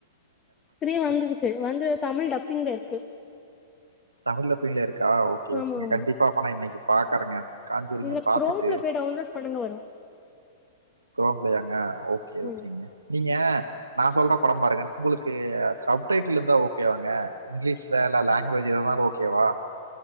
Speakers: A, on the left (about 20°); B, on the right (about 80°).
A: த்ரியு வந்துருச்சு வந்து தமிழ் டப்பிங்ல இருக்கு.
B: தமிழ்ல பீங்ள இருக்கா ஓகே
A: ஆமா
B: ஓகேங்க
A: ஆமா
B: கண்டிப்பா அப்பனா இன்னைக்கு பாக்கறங்க. காஞ்சூரிங்க
A: இதுல
B: பாத்துட்டு
A: குரோம்ல போய் டவுன்லோட் பண்ணுங்க வரு
B: க்ரோம்லையாங்க ஓகே
A: ம்
B: ஓகேங்க நீங்க நா சொல்ற படம் பாருங்க உங்களுக்கு சப்டைட்டில் இருந்தா ஓகேவாங்க இங்கிலீஷ்லல்ல லாங்குவேஜ் எதுனாலு ஓகேவா